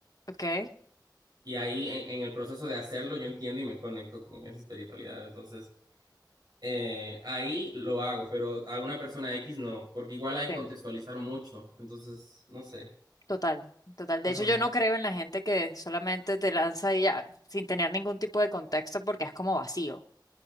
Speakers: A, on the left (about 50°); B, on the right (about 60°).
A: ¿ok?
B: Y ahí en, en el proceso de hacerlo yo entiendo y me conecto con esa espiritualidad. Entonces, eh, ahí lo hago, pero a una persona X no, porque igual hay que
A: Sí.
B: contextualizar mucho. Entonces, no sé.
A: Total, total. De
B: Ajá.
A: hecho, yo no creo en la gente que solamente te lanza y ya, sin tener ningún tipo de contexto, porque es como vacío.